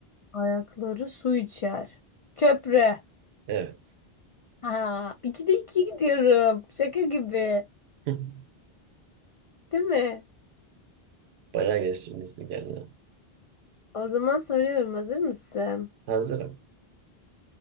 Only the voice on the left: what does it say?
Ayakları su içer. Köprü.
Ha, ikide iki gidiyorum. Şaka gibi.
Değil mi?
O zaman soruyorum hazır mısın?